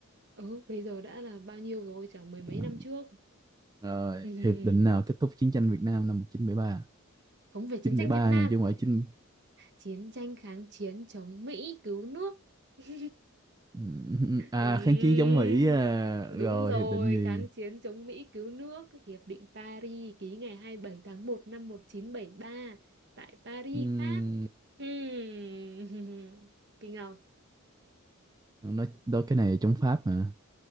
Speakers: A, on the right (about 55°); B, on the right (about 20°).
A: ừ bây giờ đã là bao nhiêu rồi chả mười mấy
B: À,
A: năm trước
B: rồi
A: ừ.
B: hiệp định nào kết thúc chiến tranh Việt Nam năm một chín chín bảy ba
A: không về chiến
B: chín
A: tranh
B: bảy ba
A: Việt Nam
B: nha chứ không phải chín
A: chiến tranh kháng chiến chống Mỹ cứu nước <laughs>
B: Ừm, à
A: Ừm,
B: kháng chiến chống Mỹ à.
A: đúng
B: rồi
A: rồi,
B: hiệp định gì
A: kháng chiến chống Mỹ cứu nước, Hiệp định Paris ký ngày 27 tháng một năm 1973 tại Paris,
B: Ừm,
A: Pháp. Ừm, <laughs> Kinh không?
B: nói đó cái này chống Pháp mà